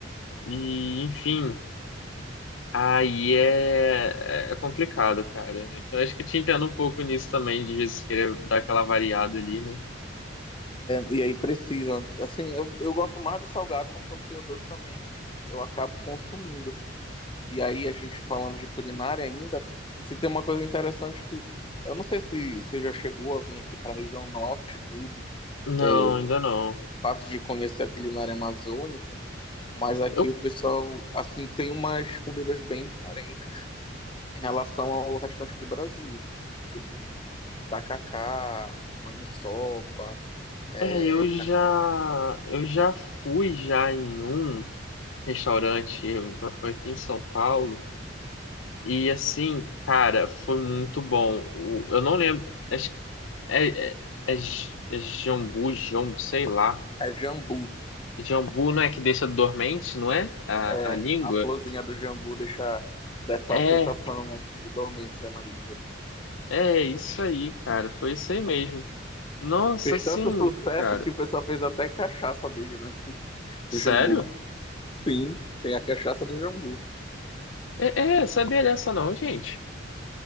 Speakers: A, on the left (about 85°); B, on the left (about 25°).
A: E, enfim, aí é, é complicado, cara. Então, acho que te entendo um pouco nisso também, de vezes querer dar aquela variada ali, né?
B: E aí precisa. Assim, eu, eu gosto mais do salgado, mas quando tem o doce também, eu acabo consumindo. E aí, a gente falando de culinária ainda, se tem uma coisa interessante que. Eu não sei se você já chegou a vir aqui para a região norte e tudo,
A: Não,
B: é, o
A: ainda não.
B: fato de conhecer a culinária amazônica, mas aqui
A: Eu,
B: o pessoal, assim, tem umas comidas bem diferentes em relação ao restante do Brasil. Tipo, tacacá, maniçoba, é,
A: é, eu já, eu já fui já em um restaurante, foi aqui em São Paulo. E assim, cara, foi muito bom. O- eu não lembro. Acho que é, é, é, J- é jambu, jambu, sei lá.
B: é jambu.
A: Jambu não é que deixa dormente, não é? A,
B: É,
A: a língua?
B: a florzinha do jambu deixa dessa
A: É,
B: sensação de dormência na língua.
A: é isso aí, cara. Foi isso aí mesmo. Nossa,
B: Fez
A: assim,
B: tanto sucesso
A: cara.
B: que o pessoal fez até cachaça dele, né?
A: Sério?
B: Do jambu. Sim, tem a cachaça do jambu.
A: É, é, sabia dessa não, gente.